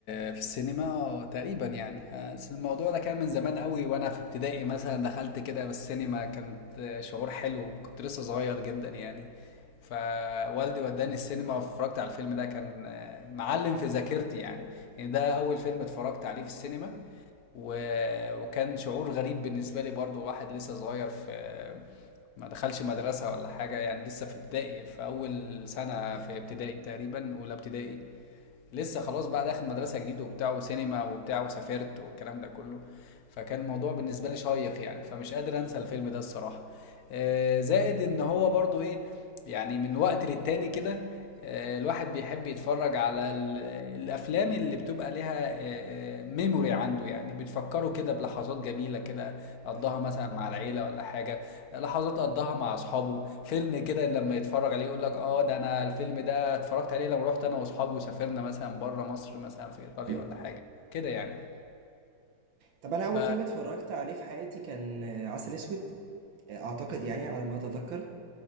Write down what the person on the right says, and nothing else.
إمم.
أيوه،
أيوه،
أيوه.
طَب أنا أول
فيلم اتفرّجت عليه في حياتي كان آه، عسل أسود، آآ أعتقد يعني على ما أتذكّر،